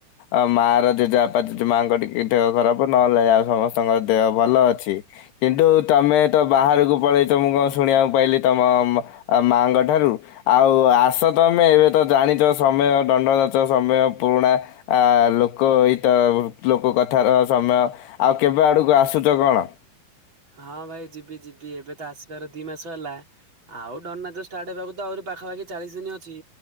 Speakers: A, on the left; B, on the right.
A: ଆ ମା ର ଜେଜେବାପା ଜେଜେ ମାଙ୍କ ଟିକେ ଦେହ ଖରାପ ନହେଲେ ଆଉ ସମସ୍ତଙ୍କ ଦେହ ଭଲ ଅଛି। କିନ୍ତୁ ତମେ ତ ବାହାରକୁ ପଳେଇ ଚ ମୁଁ କଣ ଶୁଣିବାକୁ ପାଇଲି ତମ ମାଆଙ୍କ ଠାରୁ। ଆଉ ଆସ ତମେ ଏବେ ତ ଜାଣିଛ ସମୟ ଦଣ୍ଡନାଚ ସମୟ ପୁରୁଣା। ଆ ଲୋକ ଏତ ଲୋକ କଥାର ସମୟ। ଆଉ କେବେ ଆଡକୁ ଆସୁଛ କଣ?
B: ହଁ ଭାଇ ଯିବି ଯିବି ଏବେ ତ ଆସିବାର ଦି ମାସ ହେଲା। ଆଉ ଦଣ୍ଡନାଚ ଷ୍ଟାର୍ଟ ହେବାକୁ ତ ଆହୁରି ପାଖାପାଖି ଚାଳିଶ ଦିନ ଅଛି।